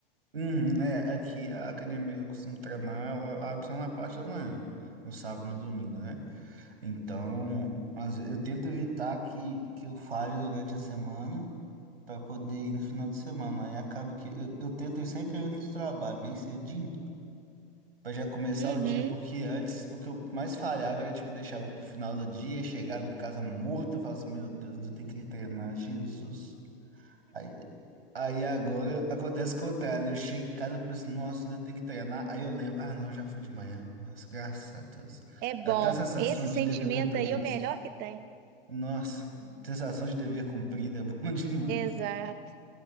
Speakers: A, on the right; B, on the right.
A: Uhum, é, aqui a academia que eu costumo treinar, ela abre só na parte da manhã, no sábado e no domingo, né? Então, às ve- eu tento evitar que, que eu falhe durante a semana para poder ir no final de semana. Aí acaba que eu, eu tento ir sempre antes do trabalho, bem cedinho. Pra já começar
B: Uhum.
A: o dia, porque antes o que eu mais falhava era, tipo, deixava pro final do dia, chegava em casa morto, eu falava assim, meu Deus, eu tenho que treinar, Jesus. Aí, aí agora acontece o contrário, eu chego em casa, eu penso, nossa, ainda tenho que treinar, aí eu lembro, ah não, já fui de manhã, nossa, graças a Deus.
B: É bom.
A: Dá até a sensação
B: Esse
A: de
B: sentimento
A: dever cumprido.
B: aí é o melhor que tem.
A: Nossa, sensação de dever cumprido é <laughs> bom demais.
B: Exato.